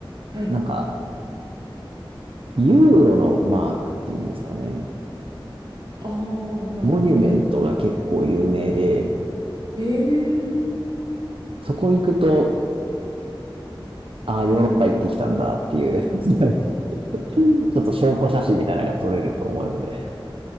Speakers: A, on the right (about 55°); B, on the right (about 80°).
A: はい。
B: なんか、ユーロのマークっていうんですかね。
A: ああ、はいは
B: モニュメントが結構有名で、
A: い。ええ。
B: そこ行くと、ああ、ヨーロッパ行ってきたんだっていう
A: うん。
B: <laughs> ちょっと証拠写真みたいなのが撮れると思うんで。